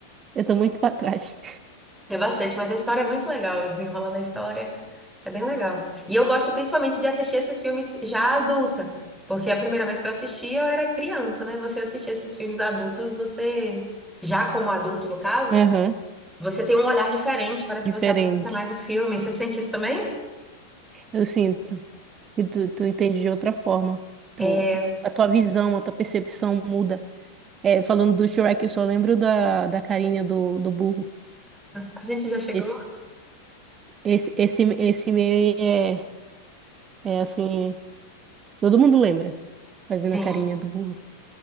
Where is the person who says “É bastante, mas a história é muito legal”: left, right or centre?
Centre